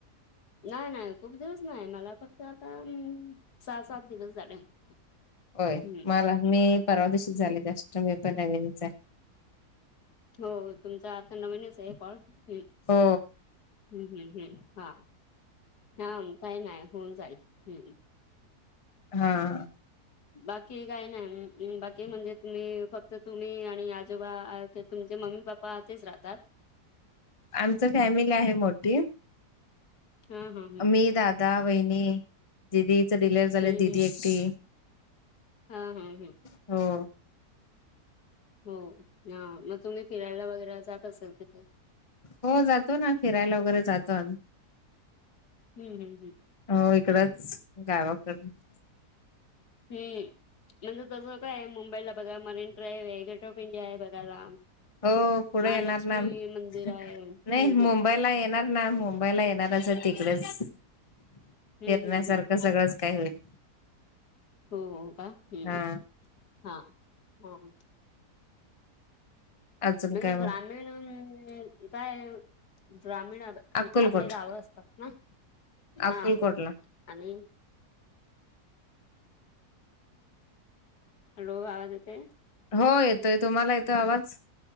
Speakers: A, on the left; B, on the left.
A: नाही- नाही. खूप दिवस नाही, मला फक्त आता सहा - सात दिवस झाले.
B: होय.
A: हम्म
B: मला मी परवा दिशीचं झाले. जस्ट, मी पण नवीनचाय.
A: हो तुमचा आता नवीनचय कॉल. हम्म.
B: हो
A: हम्म, हम्म, हम्म. हा, हा. काही नाही होऊन जाईल. हम्म.
B: हा.
A: बाकी काय नाही बाकी म्हणजे तुम्ही फक्त तुम्ही आणि आजोबा तुमचे मम्मी पप्पा इथेच राहतात.
B: आमच फॅमिली आहे मोठी.
A: हा हा हम्म
B: मी दादा, वहिणी दिदीच डिलेवरी झालं
A: हम्म
B: दीदी
A: हम्म
B: येती.
A: हा हा हम्म.
B: हो.
A: हो हा मग तुम्ही फिरायला वगैरे जात असेल तिथे.
B: हो जातो ना फिरायला वगैरे जातो आम्ही.
A: हम्म हम्म हम्म.
B: हो इकडच गावाकड ‌.
A: हम्म‌. म्हणजे तसं काय मुंबईला बघा मरीन ड्राईव्ह आहे, गेटवे ऑफ इंडिया आहे बघायला.
B: हो पुढे
A: महालक्ष्मी
B: येणार ना नाही
A: मंदिर आहे. हम्म
B: मुंबईला
A: हम्म.
B: येणार ना मुं बघायला येणार अस तिकडच फिरण्यासारखं
A: हम्म हम्म हम्म.
B: सगळंच काय होईल.
A: हो हो का हम्म
B: हा
A: हा हो.
B: अजून
A: म्हणजे
B: काय मग
A: ग्रामीण अं काय? ग्रामीण आब
B: अक्कलकोट
A: आपली गाव असतात ना.
B: अक्कलकोटला.
A: हा. आणि हॅलो आवाज येतोय.
B: हो येतोय तुम्हाला येतोय आवाज.